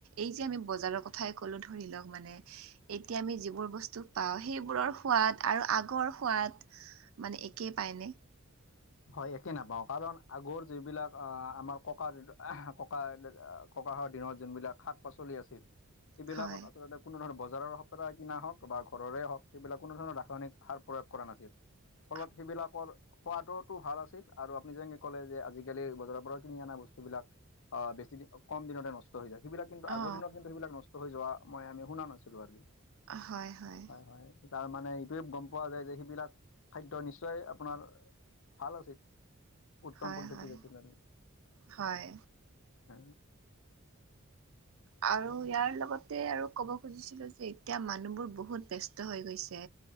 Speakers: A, on the right; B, on the left.
A: এই যে আমি বজাৰৰ কথাই কলো ধৰি লওক মানে, এতিয়া আমি যিবোৰ বস্তু পাওঁ, সেইবোৰৰ সোৱাদ আৰু আগৰ সোৱাদ মানে এ কে পায়নে
B: হয় একে নাপাওঁ কাৰণ আগৰ যিবিলাক আমাৰ ককা <unintelligible> ককাহঁতৰ দিনত যোনবিলাক শাক পাচলি আছিল সেইবিলাকত
A: হয়
B: আচলতে কোনো ধৰণৰ বজাৰৰ সপেৰা কিনা হওক বা ঘৰৰে হওক সেইবিলাক কোনো ধৰণৰ ৰাসায়নিক সাৰ প্ৰয়োগ কৰা নাছিল।
A: <inaudible>
B: ফলত সেইবিলাকৰ সোৱাদ- তো ভাল আছিল আৰু আপুনি যেনেকে ক'লে যে আজিকালি বজাৰৰ পৰা কিনি অনা বস্তু বিলাক আহ বেছি দিন কম দিনতে নষ্ট হৈ যায়, সেইবিলাক কিন্তু আগৰ
A: অ
B: দিনত কিন্তু সেইবিলাক নষ্ট হৈ যোৱা মই আমি শুনা নাছিলো আৰু
A: হয় হয়।
B: হয় হয়, তাৰমানে এইটোৱে গম পোৱা যায় যে, সেইবিলাক খাদ্য নিশ্চয় আপোনাৰ- ভাল আছিল, উত্তম
A: হয়
B: পদ্ধতিত
A: হয়
B: আছিল আৰু।
A: হয়।
B: উ
A: আৰু ইয়াৰ লগতে আৰু ক'ব খুজিছিলো যে, এতিয়া মানুহবোৰ বহুত ব্যস্ত হৈ গৈছে।